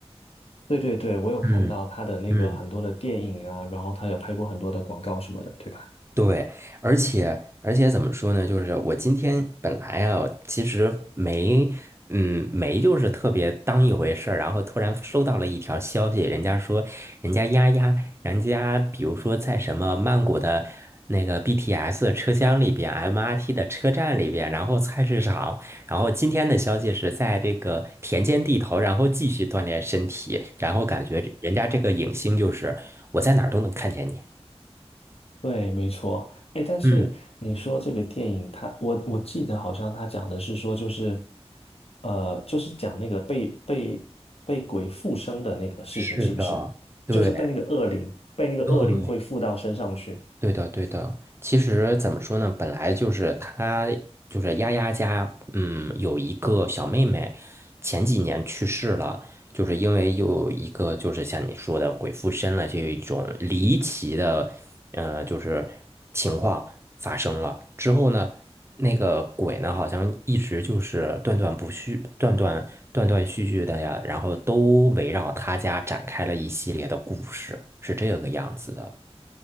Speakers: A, on the left (about 65°); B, on the right (about 25°).
A: 对对对，我有看到他的那个很多的电影啊，
B: 嗯嗯。
A: 然后他有拍过很多的广告什么的，对吧？
B: 对，而且而且怎么说呢？就是我今天本来啊，其实没，嗯，没就是特别当一回事儿，然后突然收到了一条消息，人家说人家丫丫，人家比如说在什么曼谷的那个 BTS 车厢里边，MRT 的车站里边，然后菜市场，然后今天的消息是在这个田间地头，然后继续锻炼身体，然后感觉人家这个影星就是我在哪儿都能看见你。
A: 对，没错。哎，但是你说这个电影他我我记得好像他讲的是说，
B: 嗯
A: 就是，呃，就是讲那个被被被鬼附身的那个事情，
B: 是的，
A: 是不是？
B: 对
A: 就是被那个恶灵，被那个恶灵会附到身上去。
B: 对，对的，对的。其实怎么说呢？本来就是他，就是丫丫家，嗯，有一个小妹妹，前几年去世了，就是因为有一个，就是像你说的鬼附身了，这一种离奇的，呃，就是情况发生了之后呢，那个鬼呢，好像一直就是断断不续、断断断断续续的呀，然后都围绕他家展开了一系列的故事，是这个样子的。